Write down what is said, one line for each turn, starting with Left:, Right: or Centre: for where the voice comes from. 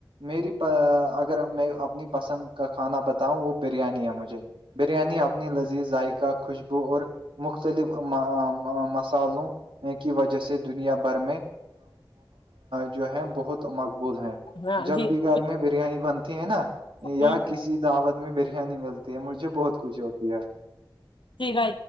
Right: میری اگر میں اپنی پسند کا کھانا بتاؤں وہ بریانی ہے مجھے بریانی اپنی لذیذ ذائقہ خوشبو اور مختلف مصالوں کی وجہ سے دنیا بھر میں جو ہے بہت مقبول ہے
Left: ہاں
Right: جب
Left: جی جی
Right: بھی گھر
Left: بالکل
Right: میں بریانی بنتی ہے نا یا
Left: ہوں
Right: کسی دعوت میں بریانی ملتی ہے مجھے بہت خوشی ہوتی ہے
Left: جیھ ہے